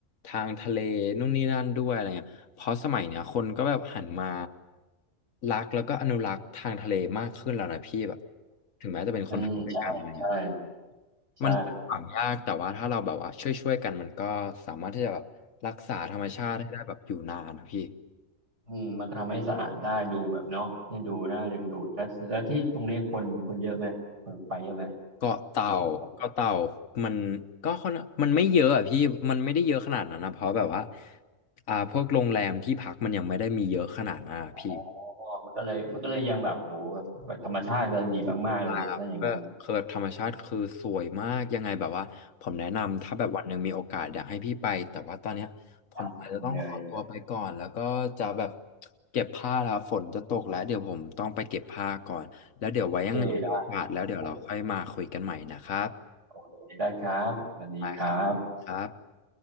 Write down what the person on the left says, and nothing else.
ทางทะเลนู่นนี่นั่นด้วยอะไรเงี้ยเพราะสมัยเนี้ยคนก็แบบหันมารักแล้วก็อนุรักษ์ทางทะเลมากขึ้นแล้วนะพี่แบบถึงแม้จะเป็นคนไทยด้วยกันอะไรเงี้ย
มันฝังยากแต่ว่าถ้าเราแบบว่าช่วยๆกันมันก็สามารถที่จะแบบรักษาธรรมชาติให้ได้แบบอยู่นานนะพี่
เกาะเต่าเกาะเต่า
มันก็ค่อนมันไม่เยอะอ่ะพี่มันไม่ได้เยอะขนาดนั้นนะเพราะแบบว่าอ่าพวกโรงแรมที่พักมันยังไม่ได้มีเยอะขนาดนั้นอะพี่
ครับก็คือแบบธรรมชาติคือสวยมากยังไงแบบว่าผมแนะนำถ้าแบบวันหนึ่งมีโอกาสอยากให้พี่ไปแต่ว่าตอนเนี้ยผมอาจจะต้องขอตัวไปก่อนแล้วก็จะแบบ
เก็บผ้าแล้วฝนจะตกแล้วเดี๋ยวผมต้องไปเก็บผ้าก่อนแล้วเดี๋ยวไว้ยังไงมีโอกาสแล้วเดี๋ยวเราค่อยมาคุยกันใหม่นะครับ
ได้ครับครับ